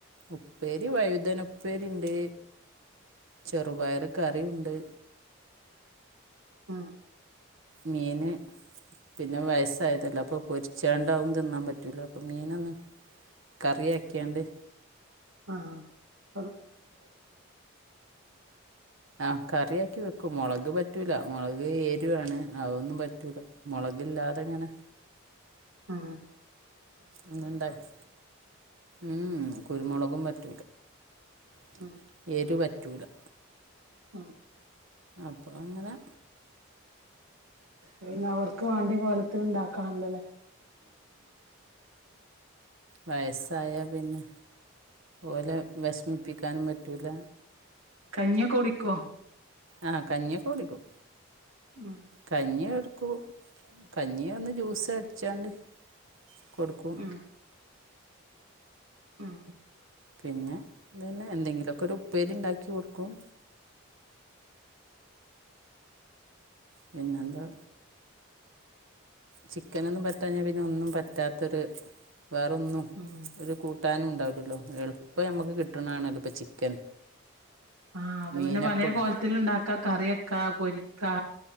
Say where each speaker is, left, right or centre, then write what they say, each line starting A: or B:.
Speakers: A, on the right; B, on the right.
A: ഉപ്പേരി വഴുതന ഉപ്പേരി ഉണ്ട് ചെറുപയറ് കറി ഉണ്ട്
B: ഉം
A: മീന് പിന്നെ വയസായതല്ലോ അപ്പം പൊരിച്ചേണ്ടാവും തിന്നാൻ പറ്റൂല അപ്പം മീനൊന്ന് കറിയാക്കീണ്ട്
B: ആ ആ
A: ആ കറിയാക്കി വെക്ക മൊളക് പറ്റൂല മൊളക് എരു ആണ് അതൊന്നും പറ്റൂല മൊളകില്ലാതങ്ങനെ
B: ആ
A: ഇന്ന് ഇണ്ടാക്കി ഉം കുരുമുളകും പറ്റ <inaudible>
B: ഉം
A: എരു പറ്റ് ലാ
B: ആ
A: അപ്പ അങ്ങനെ
B: പിന്നെ അവർക്ക് വാണ്ടിയ കോലത്തി ഉണ്ടാക്കണല്ലോല്ലേ
A: വയസായാൽ പിന്നെ ഓലെ വെ ഷമിപ്പിക്കാനും പറ്റൂല്ല
B: ഞ്ഞിയൊക്കെ കുടിക്കോ
A: ആ കഞ്ഞിയോക്കെ കുടിക്കും
B: ഉം
A: കഞ്ഞിയെടു കഞ്ഞിയ ഒന്ന് ജ്യൂസ് അട്ച്ചാണ്ട് കൊടുക്കും
B: ഉം ഉം
A: പിന്നെ ഇതെന്നെ എന്തെങ്കിലുമൊക്കെ ഒരു ഉപ്പേരി ഉണ്ടാക്കി കൊടുക്കും പിന്നെന്താ ചിക്കനൊന്നും പറ്റാഞ്ഞാൽ പിന്നെ ഒന്നും പറ്റാത്തൊരു വേറൊന്നും
B: ഉം
A: ഒരു കൂട്ട കിട്ടാനും ഉണ്ടാവില്ലല്ലോ എളുപ്പം നമുക്ക് കിട്ടണാണല്ലോ ഇപ്പം ചിക്കൻ
B: ആഹ അത്
A: മീനെപ്പോഴും
B: പിന്നെ പലേ കോൽ ത്തില് ഇണ്ടാക്കാ കറിയക്കാ പൊരിക്കാ